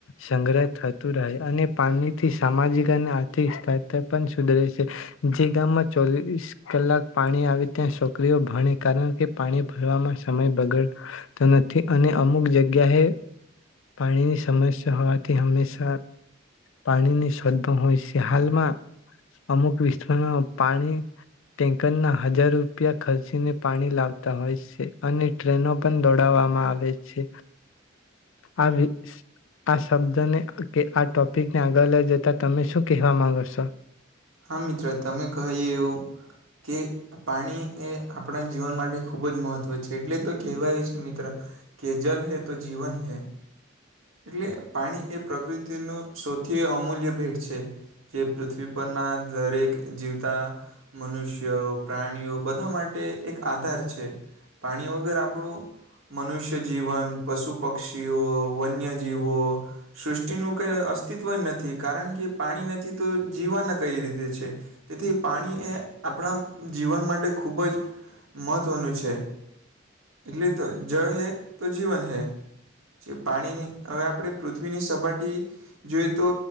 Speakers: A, on the left; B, on the right.
A: સંગ્રહ થતું રહે, અને પાણીથી સામાજિક અને આર્થિક સ્ ત પણ સુધરે છે. જે ગામમાં ચોવીસ કલાક પાણી આવે ત્યાં છોકરીઓ ભણે કારણ કે પાણી ભરવામાં સમય બગડતો નથી. અને અમુક જગ્યાએ પાણીની સમસ્યા હોવાથી હંમેશા પાણીની <unintelligible> હાલમાં અમુક વિસ્ત પાણી ટેન્કરના હજાર રૂપિયા ખર્ચીને પાણી લાવતા હોય છે. અને ટ્રેનો પણ દોડવામાં આવે છે આ આ શબ્દને કે આ ટોપિકને આગળ લઈ જતા તમે શું કહેવા માંગો છો?
B: હા મિત્ર તમે કહીએ એવું કે પાણી એ આપણા જીવન માટે ખૂબ જ મહત્વ છે. એટલે તો કહેવાય છે મિત્ર કે જલ હૈ તો જીવન હૈ, એટલે પાણી એ પ્રકૃતિનું સૌથી અમૂલ્ય ભેટ છે, જે પૃથ્વી ઉપરના દરેક જીવતા મનુષ્યો પ્રાણીઓ બધા માટે એક આધાર છે. પાણી વગર આપણું મનુષ્ય જીવન પશુ પક્ષીઓ વન્યજીવો સૃષ્ટિનું કઈ અસ્તિત્વ નથી. કારણ કે પાણી નથી તો જીવાના કઈ રીતે છે, તેથી પાણી એ આપણા જીવન માટે ખૂબ જ મહત્ત્વનું છે. એટલે તો જળ હૈ તો જીવન હૈ જે પાણી હવે આપણે પૃથ્વીની સપાટી જોઈએ તો